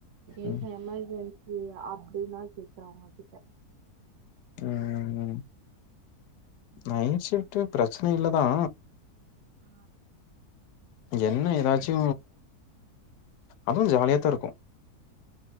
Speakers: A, on the right; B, on the left.
A: எப்ப
B: ம்
A: எமர்ஜென்சி ஏ அப்டினா கேட்டே உங்க கிட்ட
B: ம் ம்
A: ம்
B: நைட் ஷிப்ட்டு பிரச்சன இல்லதா
A: ஆ
B: என்ன எதாச்சு அதுவு ஜாலியாத்தா இருக்கு